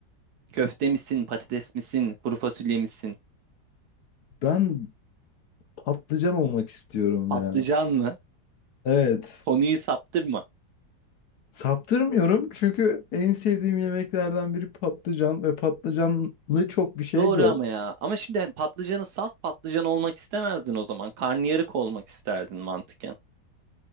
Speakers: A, on the right (about 65°); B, on the left (about 65°).
A: Köfte misin, patates misin, kuru fasulye misin,
B: Ben Patlıcan olmak istiyorum
A: patlıcan
B: ya.
A: mı?
B: Evet.
A: Konuyu saptırma.
B: Saptırmıyorum çünkü en sevdiğim yemeklerden biri patlıcan ve patlıcanlı çok bir şey
A: Doğru
B: yok.
A: ama ya. Ama şimdi hani patlıcanı salt patlıcan olmak istemezdin o zaman. Karnıyarık olmak isterdin mantıken.